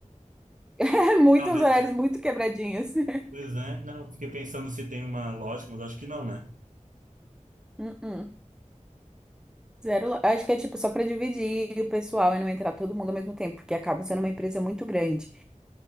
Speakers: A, in the centre; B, on the right.
A: <laughs> Muitos
B: talvez.
A: horários muito quebradinhos. <laughs>
B: Pois é. Não, fiquei pensando se tem uma lógica, mas acho que não, né?
A: Uh-uh. Zero, lo- acho que é tipo só para dividir o pessoal e não entrar todo mundo ao mesmo tempo, porque acaba sendo uma empresa muito grande.